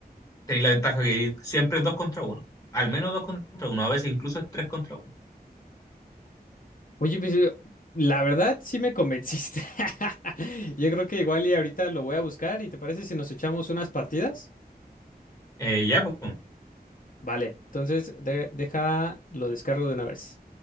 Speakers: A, on the left (about 20°); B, on the left (about 55°).
A: tenéis la ventaja que siempre es dos contra uno, al menos dos contra uno, a veces incluso es tres contra uno.
B: Oye, pues eh, la verdad sí me convenciste. <laughs> Yo creo que igual y ahorita lo voy a buscar y ¿te parece si nos echamos unas partidas?
A: Eh, ya, pues.
B: Vale, entonces de- deja, lo descargo de una vez.